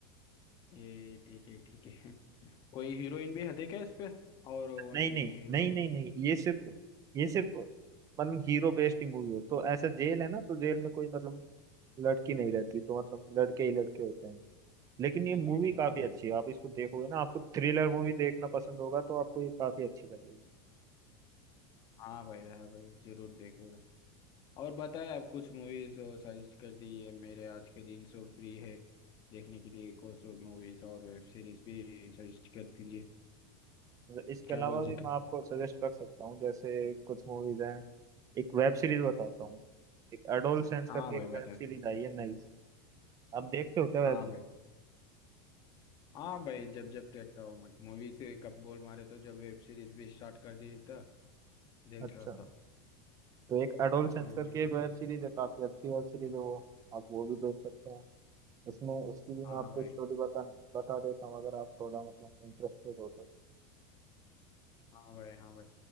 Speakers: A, on the left (about 35°); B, on the right (about 30°).
A: ये ठीक है ठीक है <laughs> कोई हीरोइन भी हटे क्या इस पे और ओनली
B: नहीं नहीं
A: हीरो
B: नहीं नहीं नहीं ये सिर्फ ये सिर्फ मतलब हीरो बेस्ड ही मूवी है तो ऐसा जेल है ना तो जेल में कोई मतलब लड़की नहीं रहती तो मतलब लड़के ही लड़के होते हैं लेकिन
A: ठीक
B: ये मूवी
A: है ठीक
B: काफी
A: है भाई
B: अच्छी है आप इसको देखोगे ना आपको थ्रिलर मूवी देखना पसंद होगा तो आपको ये काफी अच्छी लगेगी
A: हाँ भाई हाँ भाई जरूर देखूंगा और बताए आप कुछ मूवीज सजेस्ट कर दी है मेरे आज के दिन सो फ्री है देखने के लिए कुछ सो मूवीज और वेब सीरीज भी सजेस्ट कर दीजिए
B: मतलब इसके
A: क्या
B: अलावा
A: बोलते
B: भी मैं
A: तुम
B: आपको सजेस्ट कर सकता हूँ जैसे कुछ मूवीज हैं एक वेब सीरीज बताता हूँ एक एडोलसेंस
A: हाँ
B: करके
A: भाई
B: एक
A: बताए
B: वेब सीरीज आई है नई आप देखते हो क्या वेब
A: हाँ
B: सीरीज
A: भाई हाँ भाई जब जब देखता हूँ मैं मूवी से कब बोल मारे तो जब वेब सीरीज भी स्टार्ट कर दी था देख
B: अच्छा
A: रहा था
B: तो एक एडोलसेंस
A: हम्म
B: करके एक वेब सीरीज है काफी अच्छी वेब सीरीज है वो आप वो भी देख सकते हैं उसमें उसकी भी
A: हाँ
B: मैं आपको
A: भाई
B: स्टोरी बता बता देता हूँ अगर आप थोड़ा मतलब इंटरेस्टेड हो तो
A: हाँ भाई हाँ भाई